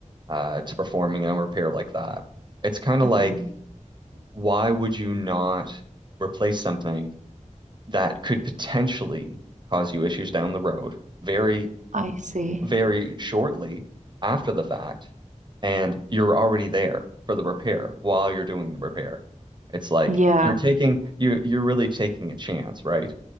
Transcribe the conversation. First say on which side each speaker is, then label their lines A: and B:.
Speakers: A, on the right; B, on the right.
A: uh, to performing a repair like that, it's kind of
B: hmm
A: like, why would you not replace something that could potentially cause you issues down the road very,
B: I see.
A: very shortly after the fact, and you're already there for the repair while you're doing the repair? It's like
B: Yeah,
A: you're taking you're you're really taking a chance, right?